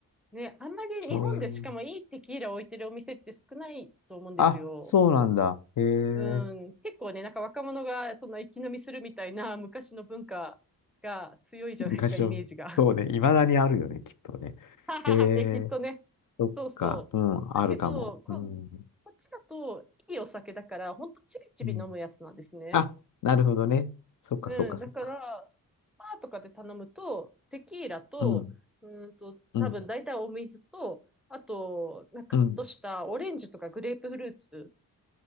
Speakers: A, in the centre; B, on the left.
A: ね、あんまり日本でしかもいいテキーラを置いてるお店って少ないと思うんですよ。
B: うんあ、そうなんだ。へえ
A: うん。結構ね、なんか若者がそんな一気飲みするみたいな昔の文化が強いじゃないですか、
B: 昔の。
A: イメージが。
B: そうね、いまだにあるよね、きっとね。
A: <laughs> はははね、
B: へえ
A: きっとね。
B: そっか。
A: そうそう。
B: うん、
A: だけど、
B: あるかも。
A: こ、
B: うん。
A: こっちだと、いいお酒だから、ほんとちびちび飲むやつなんですね。
B: うん。あ、なるほどね。そっか、
A: うん、
B: そっか、そっか。
A: だから、スパーとかで頼むと、テキーラと、
B: うん、
A: うーんと、
B: うん、
A: 多分大体お水と、あと、なんかカットしたオレンジとかグレープフルーツ
B: うん、